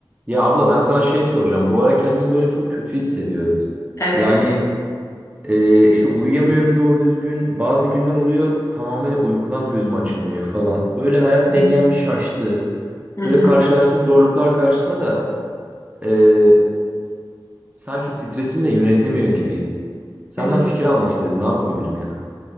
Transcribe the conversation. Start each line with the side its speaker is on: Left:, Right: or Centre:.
Right: Ya abla ben sana şey soracağım. Bu ara kendimi böyle çok kötü hissediyorum.
Left: Evet.
Right: Yani e, işte uyuyamıyorum doğru düzgün. Bazı günler oluyor tamamıyla uykudan gözüm açılmıyor falan. Böyle hayat
Left: Hı hı.
Right: dengem bir şaştı.
Left: Hı
Right: Böyle
Left: hı.
Right: karşılaştığım zorluklar karşısında da e, sanki stresimi de yönetemiyor gibiyim. Senden
Left: Hı hı.
Right: fikir almak istedim. Ne yapabilirim ya?